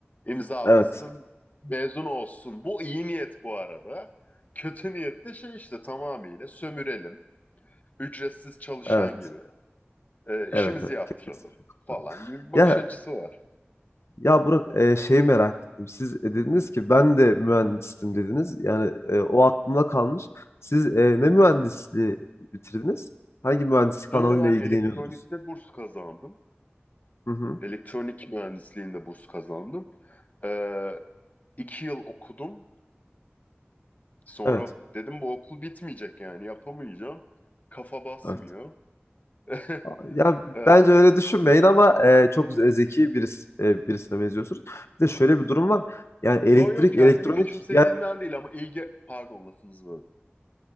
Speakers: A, on the left; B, on the left.
A: imzalasın
B: Evet,
A: mezun olsun. Bu iyi niyet bu arada. Kötü niyet de şey işte tamamıyla sömürelim, ücretsiz çalışan
B: evet,
A: gibi e, işimizi
B: evet, evet.
A: yaptıralım
B: Kesinlikle. katılıyorum.
A: falan gibi bir bakış
B: Ya,
A: açısı var.
B: ya Burak, e, şeyi merak ettim. Siz e, dediniz ki ben de mühendistim dediniz. Yani e, o aklımda kalmış. Siz e, ne mühendisliği bitirdiniz? Hangi mühendislik
A: Şöyle
B: alanıyla
A: ben
B: ilgileniyordunuz?
A: elektronikte burs kazandım.
B: Hı hı.
A: Elektronik mühendisliğinde burs kazandım. E, iki yıl okudum. Sonra
B: Evet,
A: dedim bu okul bitmeyecek yani yapamayacağım. Kafa basmıyor.
B: evet.
A: <laughs>
B: A- Ya
A: Ee,
B: bence öyle düşünmeyin ama e, çok ze- zeki birisi, e, birisine benziyorsunuz. Bir de şöyle bir durum var. Yani elektrik,
A: Yo yo kendimi
B: elektronik
A: küçümsediğimden
B: yani
A: değil ama ilgi... Pardon lafınızı böldüm.